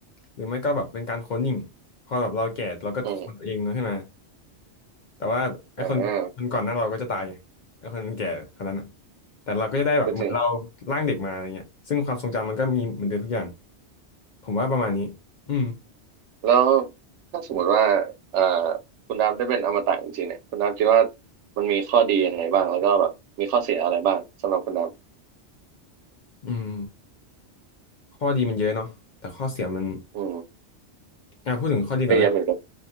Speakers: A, on the left; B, on the right.
A: หรือไม่ก็แบบเป็นการค้นยิงพอแบบเราแก่เราก็ค้นตัวเองเนาะใช่ไหม
B: อืม
A: แต่ว่าไอ้คนคนก่อนหน้าเราก็จะตายไงไอ้คนแก่คนนั้นอะ
B: อ่า
A: แต่เราก็จะได้แบบเหมือนเราร่างเด็กมาอะไรเงี้ยซึ่งความทรงจำมันก็มีเหมือนเดิมทุกอย่าง
B: ก็จริงอืม
A: ผมว่าประมาณนี้อืม
B: แล้วถ้าสมมติว่าเอ่อคุณดาบได้เป็นอมตะจริงๆเนี่ยคุณดาบคิดว่ามันมีข้อดียังไงบ้างแล้วก็แบบมีข้อเสียอะไรบ้างสำหรับคุณดาบ
A: อืมข้อดีมันเยอะเนาะแต่ข้อเสียมัน
B: อืม
A: อ่ะพูดถึงข้อดีก่อนแล้วกัน
B: ก็เยอะเหมือนกัน